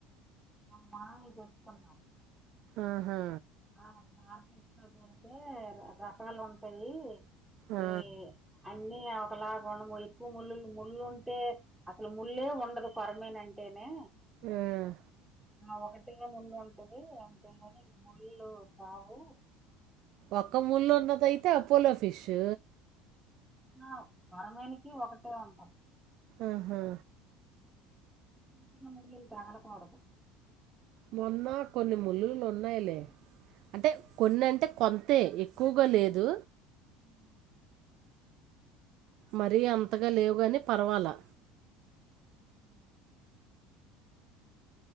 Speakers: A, in the centre; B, on the right.
A: మా వి జెప్కున్నాం.
B: ఆహా.
A: ఆ మార్కట్ లోకి, ఎళ్తే రకాల్ ఉంటాయి.
B: ఆ,
A: ఏ అన్నీ, ఆ ఒకలాగా <unintelligible> ఎక్కువ ముళ్ళుల్ ముళ్ళులు ఉంటే, అసలు ముళ్ళే ఉండదు కొరమీను అంటేనే.
B: ఉమ్.
A: ఆ ఒకటేగా ముళ్ళు ఉంటది, అంతేగాని ముళ్ళు రావు.
B: ఒక్క ముళ్ళు ఉన్నదైతే, అపోలో ఫిష్.
A: ఆ కోరమీనుకి ఒకటే ఉంటాద్.
B: ఉహు.
A: చిన్న చిన్న ముళ్ళుంటాయి. <unintelligible>
B: మొన్న కొన్ని ముళ్ళులు, ఉన్నాయిలే. అంటే కొన్ని అంటే కొంతే, ఎక్కువగా లేదు.
A: ఉమ్.
B: మరీ అంతగా
A: మరి
B: లేవ్ గాని, పర్వాలా.
A: ఉమ్మ్.